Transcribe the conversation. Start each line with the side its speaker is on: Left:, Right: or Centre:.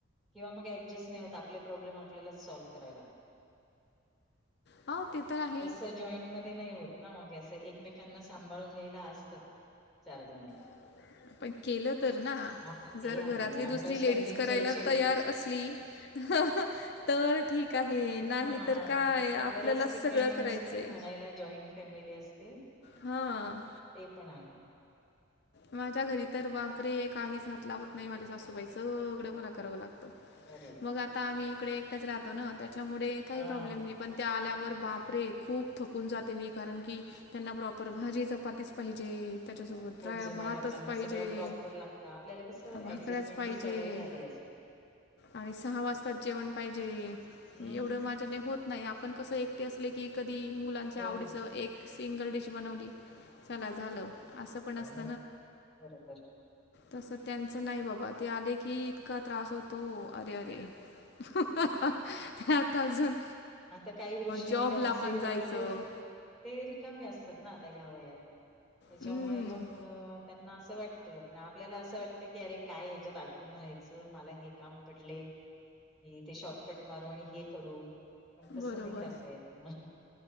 Centre: किंवा मग ऍडजस्ट नाही होत आपले प्रॉब्लेम आपल्याला सॉल्व करावे लागतात
Left: हो ते तर आहे
Centre: तस जॉईंट मध्ये नाही होत ना मगे असं एकमेकांना सांभाळून घ्यायला असतात चार जण
Left: कक पण केलं तर ना
Centre: हां, ते
Left: जर घरातली
Centre: आहे.
Left: दुसरी लेडीज
Centre: तुमचा
Left: करायला
Centre: विषय
Left: तयार असली अह अह तर ठीक आहे
Centre: हा
Left: नाही तर काय
Centre: नायत
Left: आपल्याला
Centre: बऱ्याच
Left: सगळं
Centre: ठिकाणी
Left: करायचं
Centre: नुसती
Left: आहे
Centre: म्हणायला जॉईंट फॅमिली असते
Left: हां
Centre: ते पण आहे
Left: माझ्या घरी तर बापरे काहीच हात लावत नाही माझ्या सासूबाई सगळं मला करावं लागत
Centre: अरे वाह!
Left: मग आता आम्ही इकडे एकटच राहतो ना त्याच्यामुळे काही
Centre: हां,
Left: प्रॉब्लेम नाही पण त्या आल्या वर बापरे खूप थकून जाते मी कारण की त्यांना प्रॉपर भाजी चपातीच पाहिजे त्याच्यासोबत रा-
Centre: जुन्या
Left: भातच
Centre: लोकांना
Left: पाहिजे
Centre: सगळं प्रॉपर लागत आपल्याला कसं
Left: भाकऱ्याच
Centre: ऍडजस्टमेंटची
Left: पाहिजे
Centre: सवय झाली असते
Left: आणि सहा वाजताच जेवण पाहिजे
Centre: हं,
Left: एवढं माझ्या होत नाही आपण कस एकटे असले की कधी मुलांच्या
Centre: हो.
Left: आवडीच एक सिंगल डिश बनवली चला झालं असं पण असत
Centre: हो बरोबर
Left: तसं त्यांचं नाही बाबा ते आले की इतका त्रास होतो अरे अरे ते आता अजून
Centre: आता काही दृष्टीने
Left: जॉबला
Centre: त्यांचेही
Left: पण
Centre: बरोबर
Left: जायचं
Centre: ते ते रिकामीे असतात आता यावयात त्याच्यामुळे
Left: हम्म,
Centre: मग त्यांना वाटत पण आपल्याला असं वाटत की अरे काय ह्याच्यात अडकून राहायचं मला हे काम पडले क ते शॉर्टकट मारू आणि हे करू पण तसं
Left: बरोबर
Centre: नाही करता येत मग.